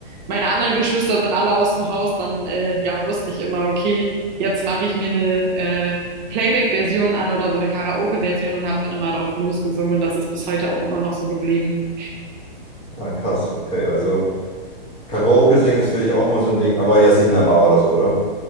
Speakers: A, on the right; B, on the left.
A: meine anderen Geschwister sind alle aus dem Haus, dann äh, ja, wusste ich immer, okay, jetzt mache ich mir eine äh, Playback-Version an oder so eine Karaoke-Version und habe dann immer drauf losgesungen und das ist bis heute auch immer noch so geblieben.
B: Ah, krass, okay. Also Karaoke singen ist, finde ich, auch immer so ein Ding, aber jetzt nicht in einer Bar oder so, oder?